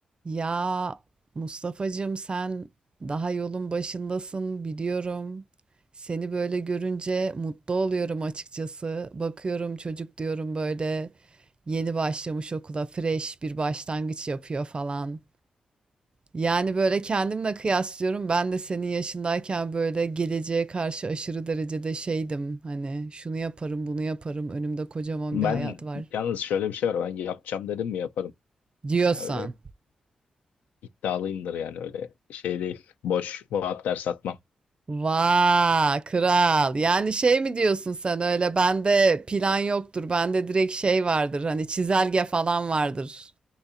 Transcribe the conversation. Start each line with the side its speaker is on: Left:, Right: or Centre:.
Right: Ya Mustafa'cığım sen daha yolun başındasın biliyorum. Seni böyle görünce mutlu oluyorum açıkçası. Bakıyorum çocuk diyorum böyle yeni başlamış okula fresh bir başlangıç yapıyor falan. Yani böyle kendimle kıyaslıyorum. Ben de senin yaşındayken böyle geleceğe karşı aşırı derecede şeydim. Hani şunu yaparım, bunu yaparım. Önümde kocaman
Left: Ben
Right: bir hayat var
Left: yalnız şöyle bir şey var. Ben yapacağım dedim mi yaparım.
Right: diyorsan.
Left: Yani öyle iddialıyımdır yani öyle şey değil. Boş vaatler satmam.
Right: Vay kral. Yani şey mi diyorsun sen öyle bende plan yoktur. Bende direkt şey vardır. Hani çizelge falan vardır